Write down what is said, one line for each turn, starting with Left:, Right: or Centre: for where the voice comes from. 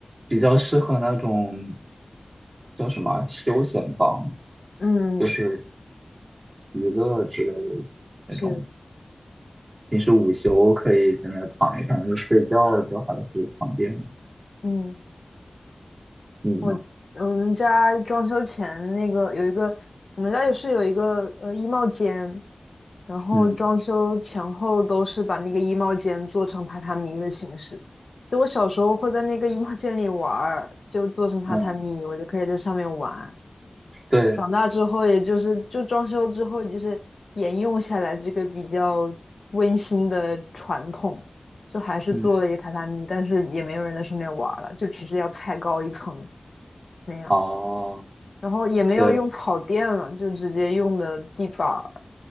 Right: 比较适合那种叫什么啊休闲房，
Left: 嗯，
Right: 就是娱乐之类的那种。
Left: 是，
Right: 平时午休可以在那躺一躺，就睡觉就还是床垫。
Left: 嗯，
Right: 你呢？
Left: 我我们家装修前那个有一个，我们家也是有一个呃衣帽间，然后装修前后都是把那个衣帽间做成榻榻米的形式。
Right: 嗯
Left: 就我小时候会在那个衣帽间里玩儿，就做成榻榻米，
Right: 嗯，
Left: 我就可以在上面玩。
Right: 对，
Left: 长大之后，也就是就装修之后，就是沿用下来这个比较温馨的传统，就还是做了一个榻榻米，
Right: 嗯，
Left: 但是也没有人在上面玩儿了，就只是要踩高一层那样，
Right: 哦，
Left: 然后也没有用草垫了，
Right: 对，
Left: 就直接用的地板儿